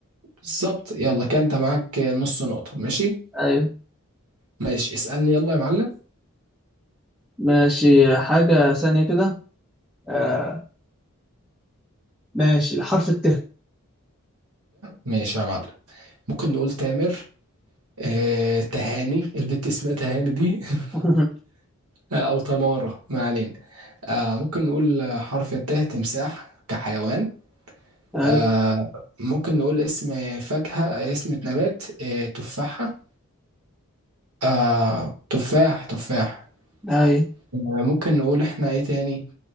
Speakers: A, on the right; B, in the centre.
A: بالظبط يلا كان انت معاك نص نقطة ماشي
B: أيوه
A: ماشي اسألني يلا يا معلم
B: ماشي حاجة ثانية كده آه، ماشي الحرف الت
A: ماشي يا معلم ممكن نقول تامر آه، تهاني البت اسمها تهاني دي <laughs>
B: <laughs>
A: او تمارة ما علينا آه، ممكن نقول حرف التاء تمساح كحيوان
B: اي
A: آه، ممكن نقول اسم فاكهة اسم نبات آه، تفاحة آه، تفاح تفاح
B: اي
A: آه، ممكن نقول احنا ايه تاني